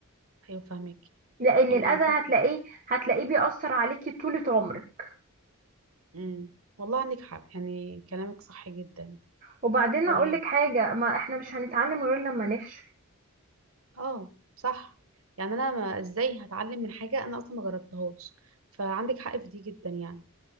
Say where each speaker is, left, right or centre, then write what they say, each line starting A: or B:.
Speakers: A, on the right (about 70°); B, on the right (about 40°).
A: ايوه فاهمك
B: لأن
A: يعني
B: الأذى
A: طبعا
B: هتلاقيه هتلاقيه بيأثر عليكي طولة عمرك
A: امم والله عندك حق يعني كلامك صح جدا
B: وبعدين
A: طيب
B: أقولك حاجة ما احنا مش هنتعلم غير لما نفشل
A: اه صح يعني انا ما ازاي هتعلم من حاجه انا اصلا ما جربتهاش فعندك حق في دي جدا يعني